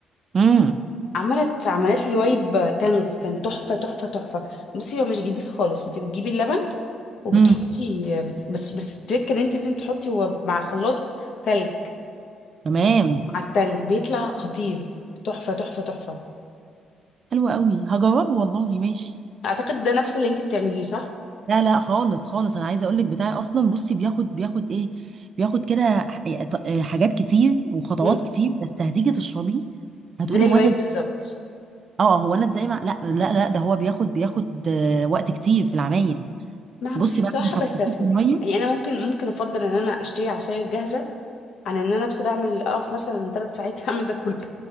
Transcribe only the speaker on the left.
عملت عملت لي وايب تانج كان تحفه تحفه تحفه بصي هو مش جديد خالص انت بتجيبي اللبن وبتحطي
بت- بس بس التريك ان انت لازم تحطي هو مع الخلاط تلج
مع التانج بيطلع خطير تحفه تحفه تحفه
اعتقد ده نفس اللي انت بتعمليه صح
مم.
زي
الوايب بالظبط
ما
بصي
بصراحة
بستسهل
يعني أنا ممكن ممكن أفضل إن أنا أشتري عصاير جاهزة عن إن أنا أدخل أعمل أقف مثلا ثلاث ساعات <laughs> أعمل ده كله